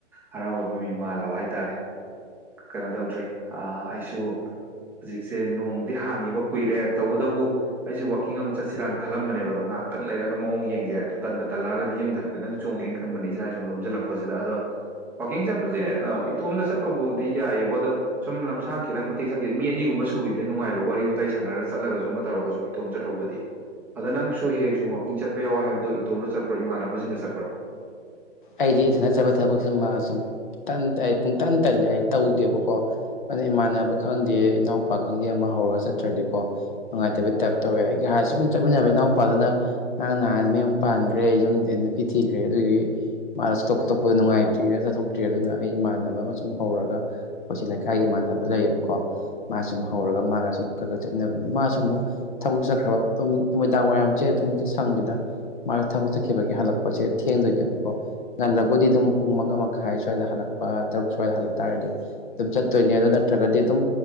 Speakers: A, in the centre; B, on the left.
A: ꯍꯔꯥꯎꯕꯩ ꯃꯃꯤ ꯃꯥꯜꯂꯕ ꯍꯥꯏꯇꯥꯔꯦ ꯀꯩꯅꯣ ꯇꯧꯗ꯭ꯔꯤ ꯑ ꯑꯩꯁꯨ ꯍꯧꯖꯤꯛꯁꯦ ꯅꯣꯡꯗꯤ ꯍꯥꯡꯉꯤꯕ ꯀꯨꯏꯔꯦ ꯇꯧꯕꯇꯕꯨ ꯑꯩꯁꯦ ꯋꯥꯥꯛꯀꯤꯡ ꯑꯃꯨꯛ ꯆꯠꯁꯤꯔꯥꯥꯅ ꯈꯜꯂꯝꯕꯅꯦꯕ ꯑꯗꯣ ꯉꯥꯏꯍꯥꯛꯇꯪ ꯂꯩꯔꯒ ꯃꯑꯣꯡ ꯌꯦꯡꯒꯦ ꯑꯗꯨ ꯇꯟꯗ ꯇꯜꯂꯛꯑꯒꯗꯤ ꯌꯨꯝꯗ ꯍꯥꯏ ꯈꯤꯇꯪ ꯆꯣꯡꯒꯦꯅ ꯈꯟꯕꯅꯤ ꯏꯁꯥ ꯁꯨꯝ ꯂꯣꯝꯁꯤꯜꯂꯛꯄꯁꯤꯗ ꯑꯗꯣ ꯋꯥꯥꯛꯀꯤꯡ ꯆꯠꯄꯁꯦ ꯏꯇꯣꯝꯗ ꯆꯠꯄꯕꯨ ꯗꯤ ꯌꯥꯏꯌꯦꯕꯣ ꯑꯗ ꯁꯨꯝ ꯂꯝꯁꯥꯡ ꯈꯤꯇꯪ ꯃꯇꯦꯛ ꯆꯠꯈꯤ ꯃꯤ ꯑꯅꯤꯒꯨꯝꯕ ꯁꯨꯈꯤꯕꯖꯤ ꯅꯨꯡꯉꯥꯏꯕ ꯋꯥꯔꯤ ꯋꯥꯇꯥꯏ ꯁꯅꯔꯒ ꯆꯠꯂꯒꯁꯨ ꯑꯃ ꯇꯧꯔꯒꯁꯨ ꯏꯇꯣꯝ ꯆꯠꯍꯧꯕꯗꯤ ꯑꯗ ꯅꯪꯁꯨ ꯍꯦꯛ ꯁꯨꯝ ꯋꯥꯛꯀꯤꯡ ꯆꯠꯄ ꯌꯥꯎꯋꯦ ꯍꯥꯏꯕꯗꯣ ꯏꯇꯣꯝꯗ ꯆꯠꯄ꯭ꯔꯣ ꯏꯃꯥꯟꯅꯕꯁꯤꯡꯒ ꯆꯠꯄ꯭ꯔꯣ
B: ꯑꯩꯗꯤ ꯏꯊꯟꯗ ꯆꯠꯄ ꯊꯕꯛꯁꯤꯃꯥ ꯁꯨꯝ ꯇꯟ ꯑꯩ ꯄꯨꯡ ꯇꯟ ꯇꯜꯂꯦ ꯍꯥꯏ ꯇꯧꯗꯦꯕꯀꯣ ꯑꯅ ꯏꯃꯥꯟꯅꯕ ꯈꯪꯗꯦ ꯏꯅꯥꯎꯄꯥ ꯈꯪꯗꯦ ꯑꯃ ꯍꯧꯔꯒ ꯆꯠꯇ꯭ꯔꯗꯤꯀꯣ ꯅꯨꯡꯉꯥꯏꯇꯕꯩ ꯇꯥꯏꯞ ꯇꯧꯋꯦ ꯑꯩꯒ ꯍꯥꯟꯅ ꯁꯨꯝ ꯆꯠꯃꯤꯟꯅꯕ ꯏꯅꯥꯎꯄꯥꯗꯨꯅ ꯉꯔꯥꯡ ꯅꯍꯥꯟ ꯃꯌꯨꯝ ꯄꯥꯟꯈ꯭ꯔꯦ ꯌꯨꯝ ꯑꯦ ꯅꯨꯄꯤ ꯊꯤꯈ꯭ꯔꯦ ꯑꯗꯨꯗꯨꯒꯤ ꯃꯥꯗꫭ ꯆꯠꯊꯣꯛ ꯈꯣꯠꯇꯣꯛꯄꯗꫭ ꯅꯨꯡꯉꯥꯏꯇ꯭ꯔꯤꯅ ꯆꯠꯊꯣꯛꯇ꯭ꯔꯤ ꯑꯗꯨꯅ ꯑꯩ ꯏꯃꯥꯟꯅꯕ ꯑꯃ ꯁꯨꯝ ꯍꯧꯔꯒ ꯑꯩꯈꯣꯏꯁꯤ ꯂꯩꯀꯥꯏꯒꯤ ꯏꯃꯥꯟꯅꯕ ꯂꯩꯌꯦꯕꯀꯣ ꯃꯥꯁꯨ ꯁꯨꯝ ꯍꯧꯔꯒ ꯃꯥꯒ ꯁꯨꯝ ꯈꯒ ꯆꯠꯃꯤꯟꯅꯕꯅꯤ ꯗ ꯃꯥꯁꯨ ꯑꯃꯨꯛ ꯊꯕꯛ ꯆꯠꯈ꯭ꯔꯕ ꯑꯗꯨꯝ ꯅꯨꯃꯤꯗꯥꯡ ꯋꯥꯏꯔꯝꯁꯦ ꯑꯗꯨꯝ ꯍꯦꯠꯇ ꯁꯪꯗꯦꯗ ꯃꯥꯗꫭ ꯊꯕꯛ ꯆꯠꯈꯤꯕꯒꯤ ꯍꯜꯂꯛꯄꯁꯦ ꯊꯦꯡꯗꯣꯏꯅꯦꯕꯀꯣ ꯉꯜꯂꯕꯨꯗꯤ ꯑꯗꯨꯝ ꯄꯨꯡ ꯃꯉꯥ ꯃꯈꯥꯏ ꯁ꯭ꯋꯥꯏꯗ ꯍꯜꯂꯛꯄ ꯇꯔꯨꯛ ꯁ꯭ꯋꯥꯏꯗ ꯍꯜꯂꯛ ꯇꯥꯔꯗꯤ ꯑꯗꯨꯝ ꯆꯠ ꯇꯣꯏꯅꯦ
A: ꯎꯝ
B: ꯑꯗꯨ ꯅꯠꯇ꯭ꯔꯒꯗꯤ ꯑꯗꯨꯝ